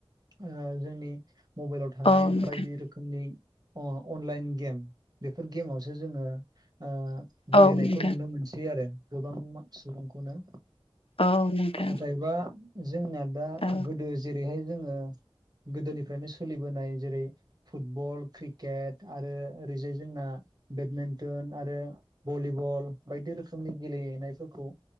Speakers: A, on the right (about 45°); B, on the left (about 70°).
A: ओ जोंनि मबेलाव थानाय
B: औ नोंथां
A: बायदि रोखोमनि अ-अनलाइन गेम। बेफोर गेमावसो जोङो ओ गेलेनायखौ
B: औ नोंथां
A: नुनो मोनसै आरो। गोबां मा सुबुंखौनो
B: औ नोंथां
A: नाथायबा जोंना दा
B: औ
A: गोदो जेरैहाय जोङो। गोदोनिफ्रायनो सोलिबोनाय जेरै फुटबल, क्रिकेट आरो ओरैजाय जोंना बेडमेन्टोन आरो। भलिबल बायदि रोखोमनि गेलेनायफोरखौ